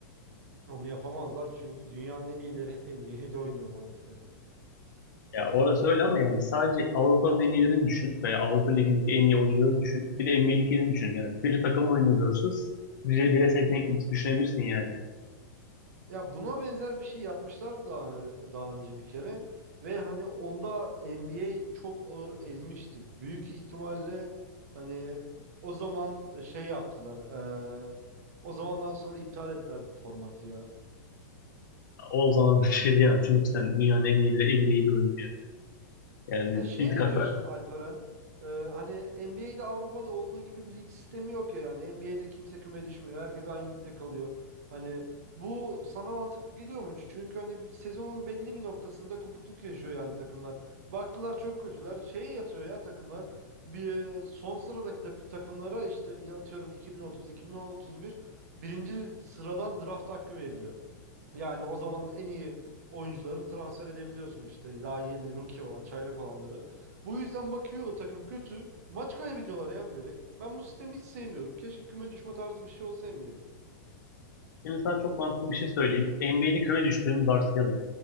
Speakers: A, on the right; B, on the left.
A: Onu yapamazlar çünkü dünyanın en iyileri hep NBA'de oynuyor mantıken.
B: Ya orası öyle ama yani sadece Avrupa'nın en iyilerini düşün veya Avrupa Ligi'ndeki en iyi oyuncuları düşün. Bir de NBA'dekilerini düşün. Yani bir takım oyunu diyorsunuz. Bire, bire seçenek gibi düşünebilirsin yani.
A: Ya buna benzer bir şey yapmışlar daha, daha önce bir kere ve hani onda NBA çok ağır ezmişti. Büyük ihtimalle hani o zaman e, şey yaptılar. eee, o zamandan sonra iptal ettiler bu formatı ya.
B: O, o zaman <laughs> bir şey diyemem. Çünkü sen dünyanın en iyileri NBA'de oynuyor. Yani
A: Ya şey
B: bir tık
A: ne
B: hak
A: diyorsun
B: verdim.
A: Alperen? Ee, hani NBA'de Avrupa'da olduğu gibi bir lig sistemi yok ya yani. NBA'de kimse küme düşmüyor. Herkes aynı ligde kalıyor. Hani bu sana mantıklı geliyor mu? Çünkü hani bir sezonun belli bir noktasında kopukluk yaşıyor yani takımlar. Baktılar çok kötüler. Şeye yatıyor ya takımlar. Bir e, son sıradaki da- takımlara işte ya atıyorum 2030, 2031 birinci sıradan draft hakkı veriliyor. Yani o zamanın en iyi oyuncularını transfer edebiliyorsun işte. Daha yeni rookie olan, çaylak olanları. Bu yüzden bakıyor o takım kötü. Maç kaybediyorlar ya bilerek. Ben bu sistemi hiç sevmiyorum. Keşke küme düşme tarzı bir şey olsa NBA'de.
B: Şimdi sana çok mantıklı bir şey söyleyeyim. NBA'de küme düştüğünü varsayalım.